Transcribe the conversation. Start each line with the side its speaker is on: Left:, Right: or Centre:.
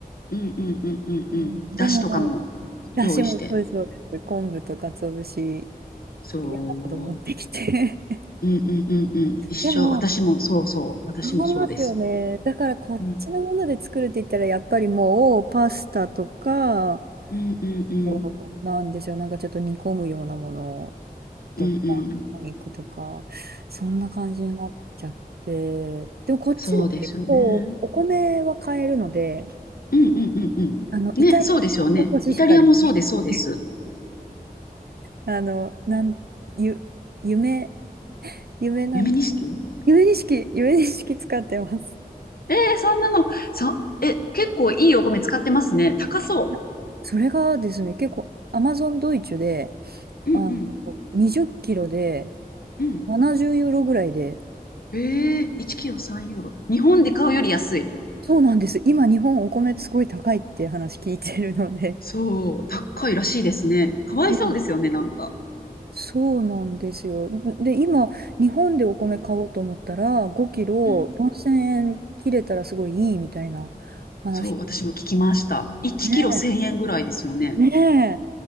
Left: うんうんうんうんうん。
Right: うん、でも、
Left: だしとかも用意して。
Right: だしもそうです、そうです。昆布と鰹節、
Left: そ
Right: 嫌なこと持ってきて。<laughs>
Left: う。うんうんうんうん。一緒。
Right: でも、
Left: 私もそうそう。私もそうです。
Right: そうりますよね。だからこっちのもので作るって言ったら、
Left: うん
Right: やっぱりもうパスタとか、
Left: うんうんうん。
Right: こうなんでしょう、なんかちょっと煮込むようなものとか、
Left: うんうん。
Right: お肉とか、そんな感じになっちゃって。でもこっちで結構お米は買えるので、
Left: そうですよね。うんうんうん
Right: あの、
Left: うん。
Right: イタリア産のコシヒカリ、
Left: ね、そうですよね。イタリアもそうです、そうです。
Right: <laughs> あの、なん、ゆ、夢、夢なん
Left: 夢錦
Right: ゆえにしき、<laughs> ゆえにしき使ってます。
Left: えー、そんなの、そ、え、結構いいお米使ってますね。高そ
Right: いやそれがですね、結構アマゾンドイツで、
Left: う。うんうん
Right: あの、20キロで
Left: うん。
Right: 70ユーロぐらいで、
Left: えー、1キロ3ユーロ。日本で買うより安い。
Right: そうなんです。今日本お米すごい高いって話聞いてるので。
Left: そう、高いらしいですね。かわいそうですよね、
Right: うん
Left: なんか。
Right: そうなんですよ。で、今、日本でお米買おうと思ったら、5キロ4000円切れたらすごいいいみたいな話。
Left: うん。そう、私も聞きました。1キロ1000円ぐらいですよね。
Right: ね、ねえ。っ